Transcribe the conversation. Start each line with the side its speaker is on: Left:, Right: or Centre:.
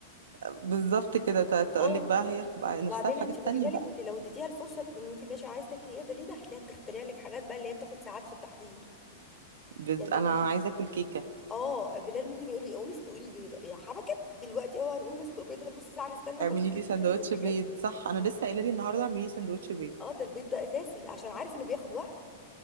Right: بالظبط كده تقول
Left: اه والله
Right: لك بقى هي بتبقى
Left: وبعدين
Right: نفسها في حاجات
Left: انت خدي
Right: تانية
Left: بالك
Right: بقى
Left: انت لو اديتيها الفرصه ان انت ماشي عايزه تاكلي ايه ده ليه ده هتلاقيها بتخترع لك حاجات بقى اللي هي بتاخد ساعات في التحضير
Right: بز...
Left: يعني
Right: انا
Left: انا
Right: عايزه اكل كيكه
Left: اه بلال ممكن يقول لي قومي اسلقي لي بيضه يا حبكت دلوقتي اهو هنقوم نسلق بيضه نص ساعه نستنى اما
Right: اعملي
Left: البيضه
Right: لي
Left: تتسلق
Right: سندوتش
Left: وتجهز
Right: بيض صح انا لسه قايله لي النهارده اعملي لي سندوتش بيض
Left: اه ده البيض ده اساسي عشان عارف انه بياخد وقت